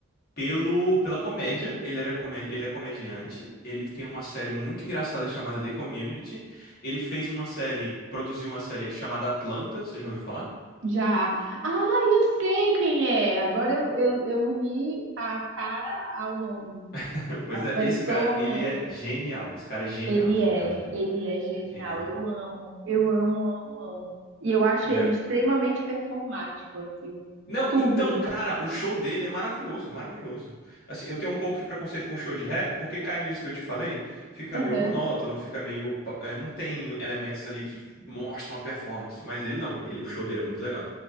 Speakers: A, on the left; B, on the right.
A: pelo, pela comédia. Ele era comédia, ele é comediante. Ele tem uma série muito engraçada chamada The Community. Ele fez uma série, produziu uma série chamada Atlanta. Você já ouviu falar?
B: Já. Ah, eu sei quem é. Agora eu, eu, eu uni a cara ao nome,
A: <laughs> Pois
B: a pessoa
A: é, esse cara, ele
B: ao nome.
A: é genial. Esse cara é genial,
B: Ele
A: genial,
B: é,
A: genial.
B: ele é genial.
A: Genial.
B: Eu amo, eu amo, amo, amo. E eu acho
A: E
B: ele extremamente performático, assim.
A: Não,
B: Tudo.
A: então, cara, o show dele é maravilhoso, maravilhoso. Assim, eu tenho um pouco de preconceito com show de rap, porque cai nisso que eu te falei, fica
B: Aham.
A: meio monótono, fica meio, pa- é, não tem elementos ali que mostram a performance, mas ele não, ele, o show dele é muito legal.